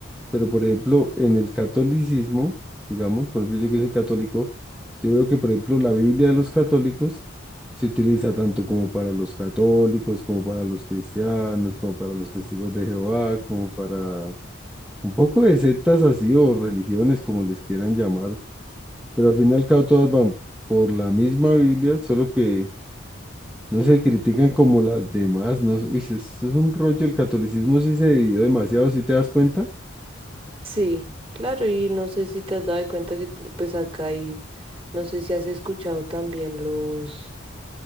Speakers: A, in the centre; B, on the right (about 25°).
A: Pero, por ejemplo, en el catolicismo, digamos, por ejemplo, yo que soy católico, yo veo que, por ejemplo, la Biblia de los católicos se utiliza tanto como para los católicos, como para los cristianos, como para los testigos de Jehová, como para un poco de sectas así o religiones, como les quieran llamar. Pero al fin y al cabo todas van por la misma Biblia, solo que no se critican como las demás. No, sé, uy, si eso es un rollo. El catolicismo sí se dividió demasiado, si te das cuenta?
B: Sí, claro, y no sé si te has dado cuenta que t- pues acá hay, no sé si has escuchado también los,